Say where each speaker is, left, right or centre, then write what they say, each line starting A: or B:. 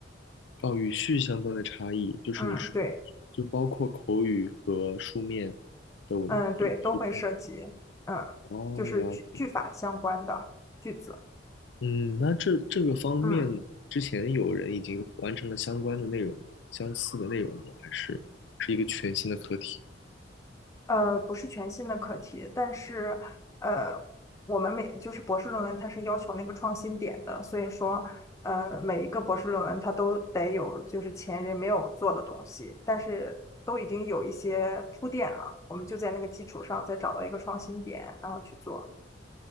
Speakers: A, on the left (about 70°); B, on the left (about 15°).
A: 哦，语序相关的差异，就是你是
B: 嗯，对。
A: 就包括口语和书面的文语序。
B: 嗯，对，都会涉及，嗯，
A: 哦，
B: 就是句句法相关的句子，
A: 了解。嗯，那这这个方面之前有人已经完成了相关的内容吗？
B: 嗯，
A: 相似的内容吗？还是是一个全新的课题？
B: 呃，不是全新的课题，但是，呃，我们每就是博士论文，它是要求那个创新点的，所以说，呃，每一个博士论文它都得有就是前人没有做的东西，但是都已经有一些铺垫了，我们就在那个基础上再找到一个创新点，然后去做，